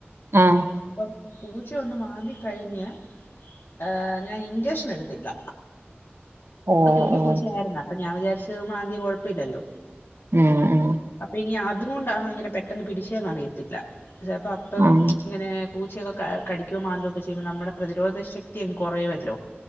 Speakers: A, on the right (about 75°); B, on the left (about 65°).
A: ആഹ്
B: അപ്പം പുച്ചയൊന്ന് മാന്തി കഴിഞ്ഞ്. ആഹ്, ഞാൻ ഇൻചക്ഷൻ എടുത്തില്ല.
A: ഓ
B: കുഞ്ഞു
A: ഓ
B: പൂച്ച ആയിരുന്നു അപ്പൊ ഞാൻ വിചാരിച്ച മാന്തിയ കുഴപ്പമില്ലല്ലോ.
A: ഉം ഉം
B: അപ്പൊ ഇനി അതുകൊണ്ടാണോ ഇങ്ങനെ പെട്ടെന്ന് പിടിച്ചന്നറിയത്തില്ല ചിലപ്പോ. ഇപ്പം
A: ആഹ്
B: ഇങ്ങനെ പൂച്ചയൊക്കെ ക കടിക്കോ മന്തക്കെ ചെയ്യുമ്പോൾ നമ്മുടെ പ്രതിരോധ ശക്തി കുറയവല്ലോ.